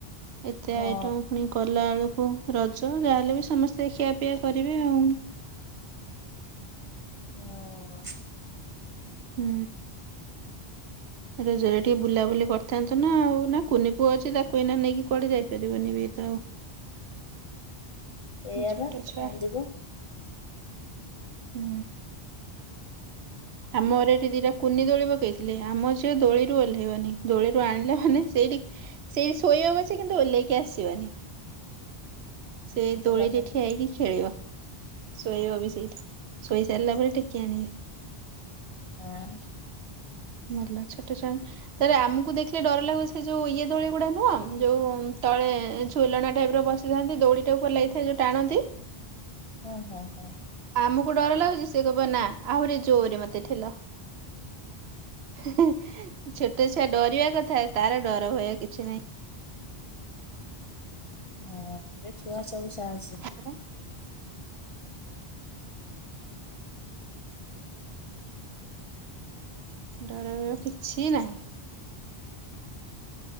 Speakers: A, on the right; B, on the left.
A: ଏତେ
B: ହଁ
A: ଆଇଟମ ପୁଣି କଲା ବେଳକୁ ରଜ ଯାହାହେଲେ ବି ସମସ୍ତେ ଖିଆପିଆ କରିବେ ଆଉ।
B: ହଁ।
A: ହୁଁ। ରଜରେ ଟିକେ ବୁଲାବୁଲି କରିଥାନ୍ତେନା ନା ଆଉ ନା କୁନି ପୁଅ ଅଛି ତାକୁ ଏଇନା ନେଇକିଆଡେ ଯାଇ ପାରିବନି ବିତ ଆଉ।
B: ସେଇଆବା
A: ଛୋଟ
B: ସେ
A: ଛୁଆ।
B: କାନ୍ଦିବ।
A: ହୁଁ। ଆମର ଏଠି ଦିଟା କୁନି ଦୋଳି ପକେଇଥିଲେ ଆମ ଝିଅ ଦୋଳିରୁ ଓହ୍ଲାଇବନି ଦୋଳିରୁ ଆଣିଲେ ମାନେ ସେଇଠି ସେଇଠି ଶୋଇବ ପଛେ କିନ୍ତୁ ଓହ୍ଲେଇକି ଆସିବନି। ସେ
B: ହଁ
A: ଦୋଳିରେ
B: ହଁ
A: ଠିଆହେଇକି ଖେଳିବ। ଶୋଇବ ବି ସେଇଠି ଶୋଇ ସାରିଲା ପରେ ଟେକି ଆଣିବେ।
B: ହଁ।
A: ଭଲ ଛୋଟ ଛୁଆଙ୍କ ଥରେ ଆମକୁ ଦେଖିଲେ ଡର ଲାଗୁ ସେ ଯୋଉ ଇଏ ଦୋଳି ଗୁଡା ନୁହଁ ଯୋଉ ତଳେ ଝୁଲଣା ଟାଇପ ର ବସି ଥାନ୍ତି ଦଉଡିଟା ଉପରେ ଲାଗିଥାଏ ଯୋଉ ଟାଣନ୍ତି?
B: ହଁ, ହଁ, ହଁ।
A: ଆମକୁ ଡର ଲାଗୁଛି ସେ କହିବ ନା ଆହୁରି ଜୋରରେ ମତେ ଠେଲ। ହେ ହେ ଛୋଟ ଛୁଆ ଡରିବା କଥା ତାର ଡର ଭୟ କିଛି ନାହିଁ।
B: ହଁ ଏବେ ଛୁଆ ସବୁ ସାହସୀ।
A: ପରା ଡର ଭୟ କିଛି ନାହିଁ।